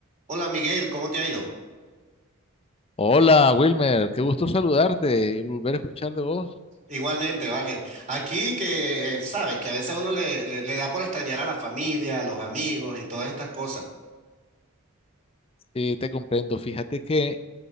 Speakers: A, on the right; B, on the left.
A: Hola Miguel, ¿cómo te ha ido?
B: Hola Wilmer, qué gusto saludarte y volver a escuchar de vos.
A: Igualmente, vale. Aquí que eh, sabes que a veces uno le, le, le da por extrañar a la familia, a los amigos y todas estas cosas.
B: Sí, te comprendo. Fíjate que